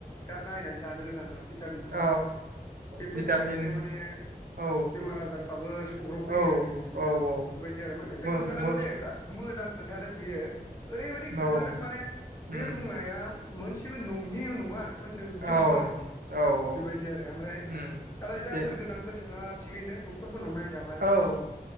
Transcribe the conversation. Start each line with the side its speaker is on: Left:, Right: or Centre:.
Left: दा नायनानै जानो रोङा ना भिटामिनखौ
Right: औ
Left: बेफोरनि
Right: भिटामिन
Left: थाखायनो माने
Right: औ
Left: बेमार आजारफ्राबो सौग्राव
Right: औ
Left: फैयो आरो जोंनि जायगायाव
Right: औ
Left: बेफोर
Right: औ
Left: बायदि आरो माने बे
Right: मो
Left: खोन्थादोंमोन
Right: मो
Left: दे बिराद मोजां खोन्थादों बियो ओरैबायदि खोन्थादों
Right: औ
Left: माने बे
Right: उम
Left: बुंनाया मोनसेबो नङियाव नङा आरोखि नोंजोबगौ
Right: औ औ
Left: आरोखि
Right: औ
Left: बेबायदि आरो ओमफ्राय
Right: उम
Left: दालाय जायफोर
Right: बे
Left: गोनां गोथोंआ थिगैनो डाक्टरफोरनाव नायजाबाय
Right: औ